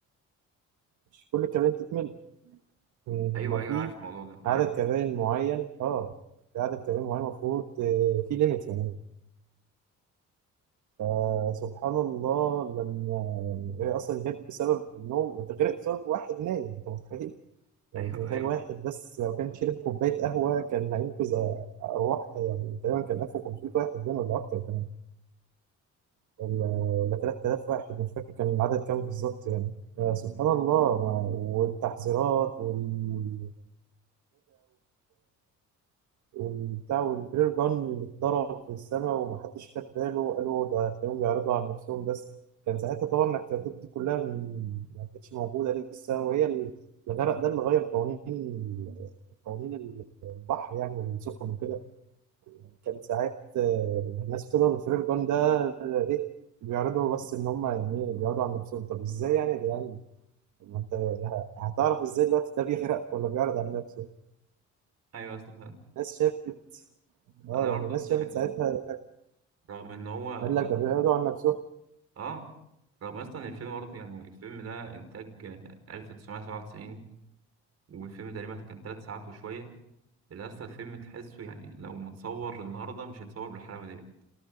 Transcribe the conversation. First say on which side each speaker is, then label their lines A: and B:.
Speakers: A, on the right (about 75°); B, on the right (about 55°).
A: مش كل الكباين تتملي هما
B: أيوه
A: في
B: أيوه عارف الموضوع ده عارف
A: عدد كباين معين اه في عدد كباين معين المفروض آه، في ليميت يعني فسبحان الله لما يعني هي اصلا جت بسبب النوم اتغرقت بسبب واحد نايم انت متخيل؟ يعني
B: <laughs> أيوه
A: انت متخيل
B: أيوه
A: واحد بس لو كان شرب كوبايه قهوه كان هينقذ ارواح يعني تقريبا كان 1500 واحد بين ولا اكتر كمان ولا ولا 3000 واحد مش فاكر كان العدد كام بالظبط يعني فسبحان الله والتحذيرات والندى والبتاع والفرير جان اللي اتضرب في السماء ومحدش خد باله قالوا ده هتلاقيهم بيعرضوا عن نفسهم بس كان ساعتها طبعا الاحتياطات دي كلها م- ما كانتش موجودة لسه وهي ال- الغرق ده اللي غير قوانين قوانين ال- البحر يعني والسفن وكده كان ساعات آه، الناس بتضرب الفرير جان ده آه، ايه بيعرضوا بس ان هم يعني إيه، بيعرضوا عن نفسهم طب ازاي يعني يا جدعان طب ما انت ه- هتعرف ازاي دلوقتي ده بيغرق ولا بيعرض عن نفسه
B: أيوه استفاد
A: الناس شافت اه
B: أنا
A: لما
B: برضه
A: الناس
B: أصلا
A: شافت
B: يعني
A: ساعتها
B: رغم إن هو رغم
A: قال لك ده بيعرضوا عن نفسه
B: آه رغم أصلا إن الفيلم برضه يعني الفيلم ده إنتاج آه، 1997 والفيلم تقريبا كان تلات ساعات وشوية اللي أصلا الفيلم تحسه يعني لو متصور النهاردة مش هيتصور بالحلاوة دي